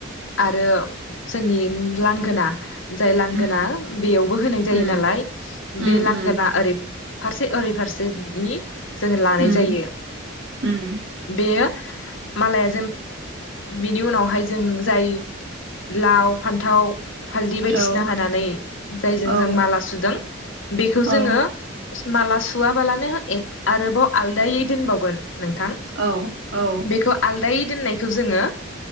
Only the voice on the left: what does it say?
आरो जोंनि लांगोना जाय लांगोना
बेयावबो होनाय जायो
नालाय
बे लांगोना
ओरै फारसे ओरै फारसेनि। जोङो लानाय
जायो
बेयो मालाया। बिनि उनावहाय जों जाय। लाव फान्थाव हालदै बायदिसिना
हानानै जायजों
जों माला सुदों बेखौ जोङो।
माला सुवा बालानो आरोबाव आलदायै दोनबावगोन नोंथां
बेखौ आलदायै। दोन्नायखौ जोङो,